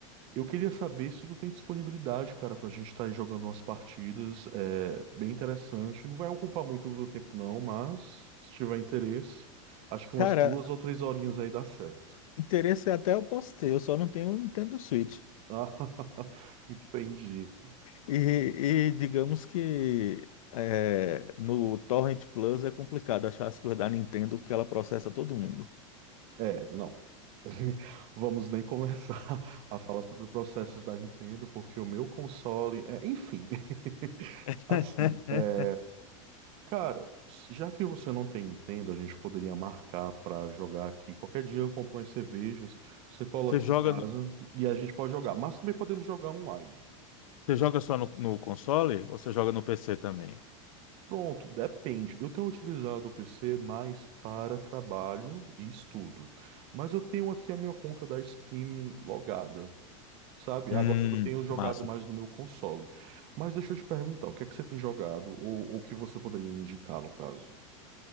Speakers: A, on the right; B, on the left.
A: Eu queria saber se tu tem disponibilidade, cara, pra gente estar aí jogando umas partidas. É bem interessante. Não vai ocupar muito do teu tempo, não, mas se tiver interesse, acho que umas
B: cara,
A: duas ou três horinhas aí dá certo.
B: interesse até eu posso ter, eu só não tenho um Nintendo Switch.
A: Ah, <laughs> entendi.
B: E, e digamos que é, no Torrent Plus é complicado achar as coisas da Nintendo porque ela processa todo mundo.
A: É, não. <laughs> Vamos nem começar <laughs> a falar sobre processos da Nintendo, porque o meu console é, enfim. <laughs>
B: <laughs>
A: Assim, é, cara, já que você não tem Nintendo, a gente poderia marcar pra jogar aqui. Qualquer dia eu compro umas cervejas, você cola
B: Você
A: aqui
B: joga,
A: em casa
B: no-
A: e a gente pode jogar. Mas também podemos jogar online.
B: você joga só no, no console ou você joga no PC também?
A: Pronto, depende. Eu tenho utilizado o PC mais para trabalho e estudo. Mas eu tenho aqui a minha conta da Steam logada, sabe?
B: Hum,
A: Agora eu tenho jogado
B: massa.
A: mais no meu console. Mas deixa eu te perguntar, o que é que você tem jogado ou o que você poderia indicar no caso?